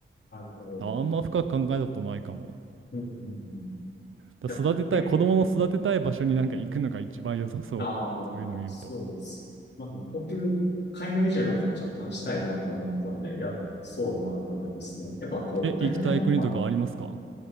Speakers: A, on the left; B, on the right.
A: なるほど。
B: あんま深く考えたことないかも。
A: うん、うん、うん。い
B: だから育てたい、
A: や、結
B: 子供の育てたい場所になんか行くのが一番良さそう。
A: あーまあ、
B: そういうの見ると。
A: そうです。まあ、でも僕、海外移住なんかも若干したいなと思ったんで、いや、そうだなと思いますね。やっぱこう、
B: え、
A: 大体やっぱ、
B: 行きたい国とかありますか